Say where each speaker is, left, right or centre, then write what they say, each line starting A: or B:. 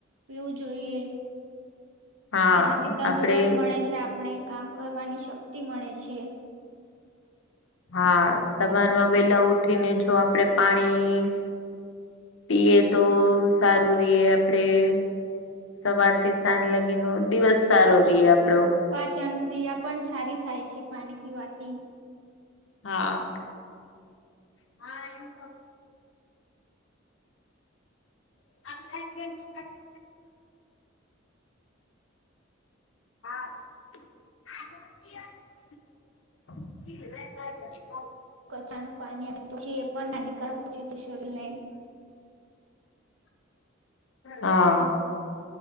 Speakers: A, on the right (about 80°); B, on the left (about 70°).
A: પીવું જોઈએ.
B: હા
A: તેનાથી તંદુરસ્ત
B: આપડે
A: મળે છે આપણે કામ કરવાની શક્તિ મળે છે.
B: હા સમારમાં વેલા ઉઠીને જો આપડે પાણી પીએ તો સારું રીએ આપડે- સવારથી સાંજ લગી ન દિવસ સારો રહીએ આપડો.
A: પાચન ક્રિયા પણ સારી થાય છે પાણી પીવાથી.
B: હા! હા એમ <inaudible> <unintelligible>
A: કચાનું પાણી આવે તોછી એ પણ નાની કર પછ શ્રને
B: હા